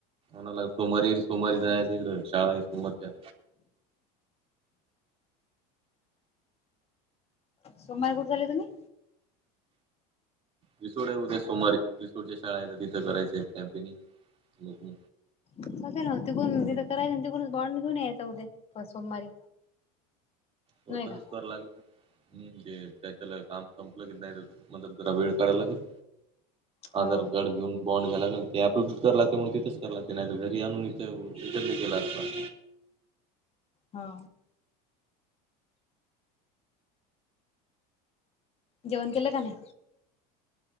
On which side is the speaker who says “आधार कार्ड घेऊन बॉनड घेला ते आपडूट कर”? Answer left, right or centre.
Right